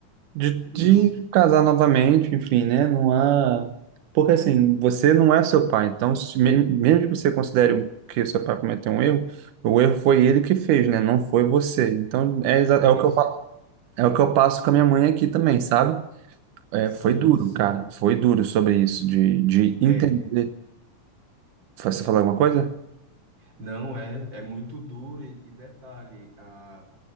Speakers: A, on the right; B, on the right.
A: De, de
B: Isso.
A: casar novamente, enfim, né? Não há. Porque assim, você não é seu pai, então, se, me- mesmo que você considere o- que seu pai cometeu um erro, o erro foi ele que fez, né? Não foi você. Então, é, exa- é
B: Isso.
A: o que eu, fa- é o que eu passo com a minha mãe aqui também, sabe? É,
B: Sim,
A: foi duro,
B: sim.
A: cara, foi duro sobre isso, de, de
B: É,
A: entender. Você falou alguma coisa?
B: não é, é muito duro e, e detalhe, a,